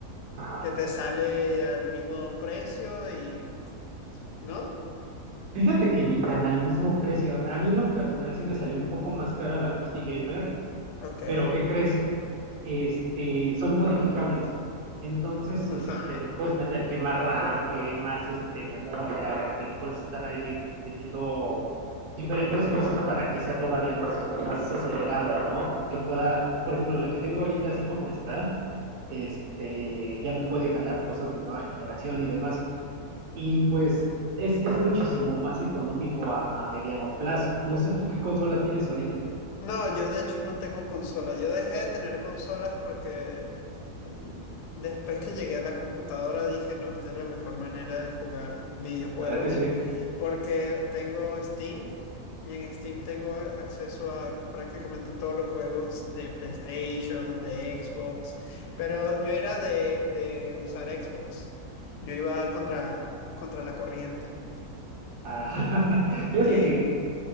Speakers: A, on the right; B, on the left.
A: ajá.
B: que te sale al mismo precio y, ¿no?
A: Fíjate que ni tan al mismo precio. A mí en lo personal sí me salió un poco más cara la PC Gamer,
B: Ok.
A: pero ¿qué crees? este, son modificables. Entonces, este,
B: Ajá.
A: les puedes meter que más RAM, que más este, memoria, que le puedes estar ahí metiendo diferentes cosas para que sea todavía más, más acelerada, ¿no? Que pueda, por ejemplo, la que tengo ahorita así como está, este, ya me puede jalar cosas de nueva generación y demás. Y pues es, es muchísimo más económico a, a mediano plazo. No sé tú qué consola tienes ahorita.
B: No, yo de hecho no tengo consola. Yo dejé de tener consolas porque eh, después que llegué a la computadora dije, no, esta es la mejor manera de jugar videojuegos
A: ¿Verdad que sí?
B: porque tengo Steam y en Steam tengo a- acceso a prácticamente todos los juegos de PlayStation, de Xbox, pero yo era de, de usar Xbox. Yo iba contra, contra la corriente.
A: Ah, <laughs> fíjate
B: Sí,
A: que